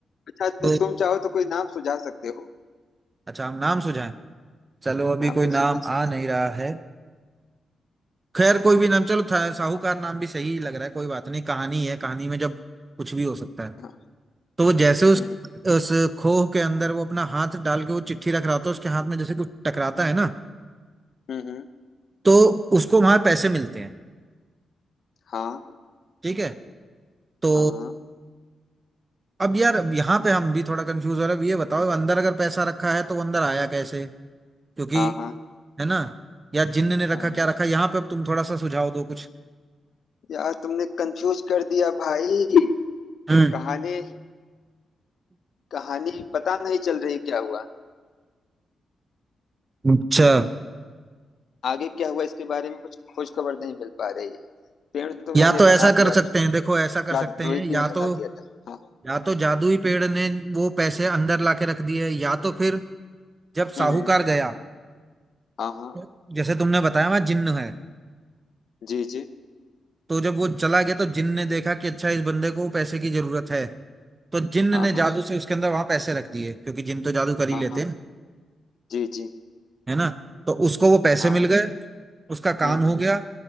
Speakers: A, on the left; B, on the right.
A: अच्छा
B: तो
A: तो तुम चाहो तो कोई नाम सुझा सकते हो
B: अच्छा हम नाम सुझाएं चलो अभी
A: नाम
B: कोई
A: भी
B: नाम
A: सुझा सकते
B: आ नहीं
A: हो
B: रहा है खैर कोई भी नाम चलो था- साहूकार नाम भी सही लग रहा है कोई बात नहीं कहानी है कहानी में जब कुछ भी हो सकता है
A: हाँ
B: तो वो जैसे उस
A: हम्म
B: उस खोह के अंदर वो अपना हाथ डाल के वो चिट्ठी रख रहा होता है उसके हाथ में जैसे कुछ टकराता है ना
A: हम्म हम्म,
B: तो उसको वहां पैसे मिलते हैं
A: हाँ
B: ठीक है तो
A: हाँ हाँ
B: अब यार अब यहाँ पे हम भी थोड़ा कंफ्यूज हो रहे हैं अब ये बताओ अंदर अगर पैसा रखा है तो वो अंदर आया कैसे क्योंकि
A: हाँ
B: है ना या जिन्न ने रखा
A: हाँ हाँ।
B: क्या रखा यहाँ पे अब तुम थोड़ा सा सुझाव दो कुछ
A: यार तुमने कंफ्यूज कर दिया भाई
B: हम्म
A: कहानी कहानी पता नहीं चल रही क्या हुआ
B: अच्छा
A: आगे क्या हुआ इसके बारे में कुछ खोज खबर नहीं मिल पा रही है पेड़ तो
B: या
A: मैंने
B: तो ऐसा
A: बना
B: कर
A: दिया
B: सकते हैं देखो ऐसा कर
A: जादुई
B: सकते हैं
A: पेड़
B: या तो
A: बना दिया था हाँ
B: या तो जादुई पेड़ ने वो पैसे अंदर लाके रख दिए या तो फिर जब
A: हम्म
B: साहूकार
A: हम्म,
B: गया
A: हाँ हाँ
B: तो जैसे तुमने बताया वहां जिन्न है
A: जी जी
B: तो जब वो चला गया तो जिन्न ने देखा कि अच्छा इस बंदे को पैसे की जरूरत है तो जिन्न
A: हाँ
B: ने
A: हाँ
B: जादू से उसके अंदर वहां पैसे रख दिए क्योंकि जिन्न तो जादू कर ही
A: हाँ
B: लेते
A: हाँ
B: हैं
A: जी जी
B: है ना तो उसको वो पैसे
A: हाँ
B: मिल गए उसका काम
A: हम्म
B: हो
A: हम्म
B: गया